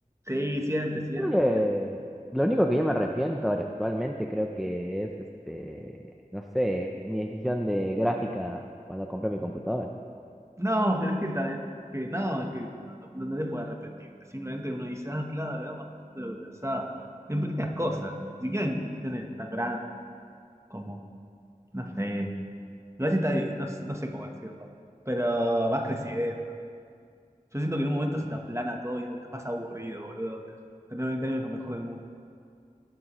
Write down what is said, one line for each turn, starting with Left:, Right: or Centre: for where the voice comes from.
Right: Sí, siempre, siempre,
Centre: Creo que
Right: siempre.
Centre: lo único que yo me arrepiento ahora actualmente creo que es, este, no sé, mi decisión de gráfica cuando compré mi computador.
Right: No, pero es que, ta- que no, es que no, no, no te puedes arrepentirte. Simplemente uno dice, ah, claro, era más tonto de lo que pensaba. En pequeñas cosas, ni siquiera en decisiones tan grandes como, no sé. Igual si te- no, no sé cómo decirlo, pero vas creciendo. Yo siento que en un momento se te aplana todo y es más aburrido, boludo. Tener 20 años es lo mejor del mundo.